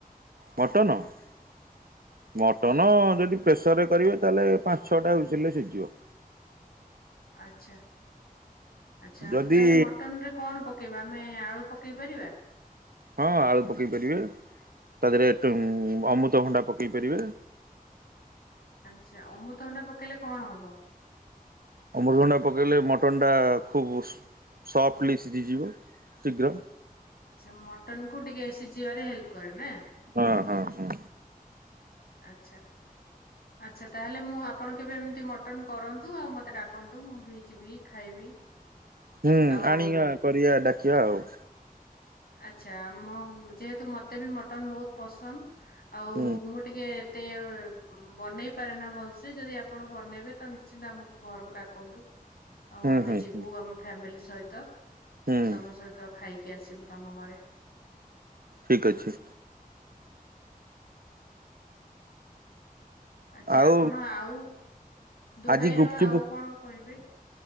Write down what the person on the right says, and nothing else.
ମଟନ <inaudible> ମଟନ ଯଦି ପ୍ରେସରରେ କରିବେ ତାହେଲେ ପାଞ୍ଚ ଛଅଟା ହୁଇସିଲରେ ସିଝିଯିବ। <inaudible>
ଯଦି
ହଁ ଆଳୁ ପକେଇ ପାରିବେ ତା ଦେହରେ ଅମୃତଭଣ୍ଡା ପକେଇ ପାରିବେ। <inaudible>
ଅମୃଭଣ୍ଡା ପକେଇଲେ ମଟନଟା ଖୁବ୍ ସଫ୍ଟଲି ସିଝିଯିବ ଶୀଘ୍ର।
ହଁ ହଁ ହଁ।
ହୁଁ
ଆଣିବା କରିବା ଡାକି ଯାହାହଉ
ହୁଁ
ହୁଁ
ହୁଁ
ହୁଁ
ହୁଁ
ଠିକ ଅଛି।
ଆଉ
ଆଜି ଗୁପଚୁପ୍